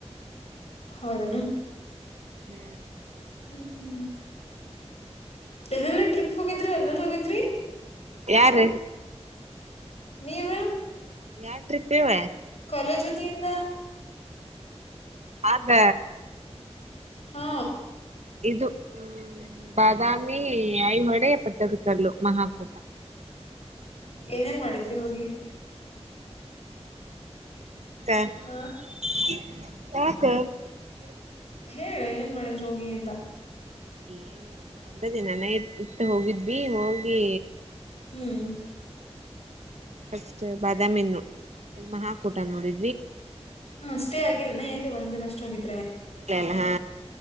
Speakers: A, on the left; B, on the right.
A: ಹೌದನು
B: ಹ್ಮ್
A: ಹ್ಮ್್ಮ ಎಲ್ಲೆಲ್ಲಾ ಟ್ರಿಪ್ ಹೋಗಿದ್ರಿ ಅಲ್ಲನ್ ಹೋಗಿದ್ರಿ
B: ಯಾರ
A: ನೀವು
B: ಯಾವ ಟ್ರಿಪ್ ಇವ
A: ಕಾಲೇಜೊತಿಯಿಂದ
B: ಹಾಗದ
A: ಹಾ
B: ಇದು ಹ್ಮ್ ಬಾದಾಮಿ ಐಹೊಳೆ ಪಟ್ಟದಕಲ್ಲು ಮಹಾಕೂಟ
A: ಏನೇನ್ ಮಾಡಿದ್ರಿ ಹೋಗಿ
B: <unintelligible>
A: ಹ ಹೇಳ ಏನ್ ಮಾಡಿದ್ರರು ಹೋಗಿ ಅಂತ
B: ಏನಲ್ಲ ಒಂದ ದಿನಾನೇ ಇಟ್ಟ ಹೋಗಿದ್ವಿ ಹೋಗಿ
A: ಹ್ಮ್
B: ಫಸ್ಟ್ ಬಾದಾಮಿ ಇದು ಮಹಾಕೂಟ ನೋಡಿ
A: ಹಾ ಸ್ಟೇ ಆಗಿಲ್ಲನ ಎಲ್ಲಿ ಒಂದ್ನ ಅಷ್ಟ ಆಗತ್ತು
B: ಇಲ್ಲ ಇಲ್ಲ ಹಾ